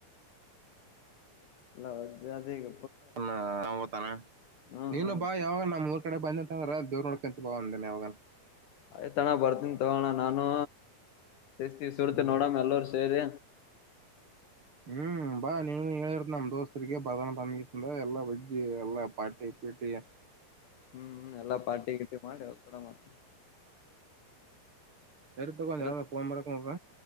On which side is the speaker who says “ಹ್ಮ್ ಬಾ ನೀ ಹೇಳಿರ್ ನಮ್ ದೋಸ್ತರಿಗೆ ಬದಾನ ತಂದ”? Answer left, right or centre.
Right